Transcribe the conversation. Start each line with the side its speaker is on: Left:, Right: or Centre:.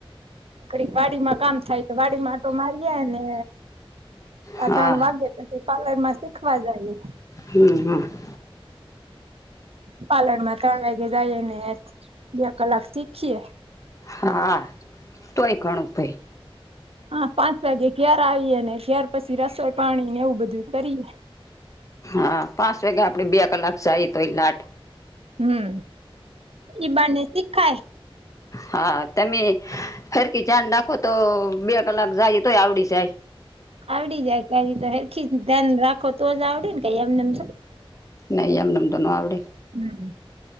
Right: ઘડીક વાડી માં કામ થાય તો વાડીમાં આટો મારીએ ને આ
Left: હા
Right: ત્રણ વાગે પછી પાર્લર માં શીખવા જાયએ
Left: હમ હમ
Right: પાર્લર માં ત્રણ વાગે જઈ ને બે કલાક શીખીએ
Left: હા તોય ઘણું ભાઈ
Right: હા પાંચ વાગે ઘેર આવીએે ને ઘરે પછી રસોઈ પાણી ને એવું બધું કરીએ
Left: હા પાંચ વાગે આપડે બે કલાક જાય તો એ લાટ
Right: હમ ઈ બાને શીખાય
Left: હા તમે સરખી ધ્યાન રાખો તો બે કલાક જઈએ તોય આવડી જાય
Right: આવડી જાય કંઇ હરખી જ ધ્યાન રાખો તો જ આવડીે ને કંઇ એમનેમ
Left: નહીં એમનેમ તો ન આવડે
Right: હમ